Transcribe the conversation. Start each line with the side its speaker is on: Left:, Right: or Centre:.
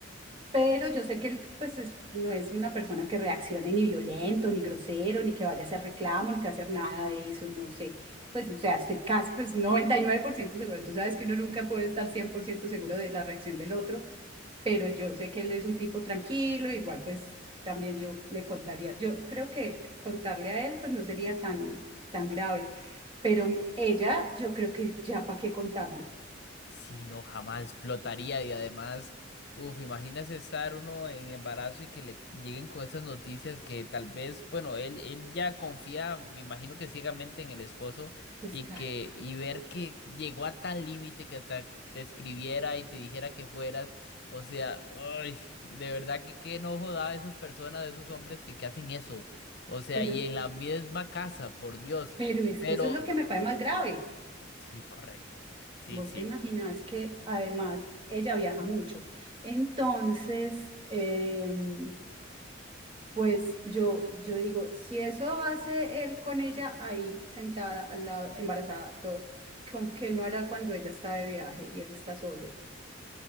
Right: pero yo sé que él, pues, es- no es una persona que reaccione ni violento, ni grosero, ni que vaya a hacer reclamo, ni que va a hacer nada de eso, no sé. Pues, o sea, estoy casi, pues, 99% seguro. Tú sabes que uno nunca puede estar 100% seguro de la reacción del otro, pero yo sé que él es un tipo tranquilo, igual pues también yo le contaría, yo creo que contarle a él pues no sería tan, tan grave, pero ella yo creo que ya para qué contarle,
Left: Sí, no, jamás explotaría y además, uff, imagínese estar uno en embarazo y que le lleguen con estas noticias que tal vez, bueno, él, él ya confía, me imagino que ciegamente en el esposo
Right: pues
Left: y
Right: claro,
Left: que, y ver que llegó a tal límite que hasta te escribiera y te dijera que fueras, o sea, ay, de verdad que qué enojo da a esas personas, a esos hombres que, que hacen eso, o sea,
Right: pero,
Left: y en la misma casa, por Dios,
Right: pero es
Left: pero
Right: que eso es lo que me parece más grave,
Left: sí, correcto, sí,
Right: vos
Left: sí.
Right: te imaginas que además ella viaja mucho, entonces... em, Pues yo, yo digo, si eso hace él con ella ahí sentada al lado, embarazada, todo, ¿con qué no hará cuando ella está de viaje y él está solo?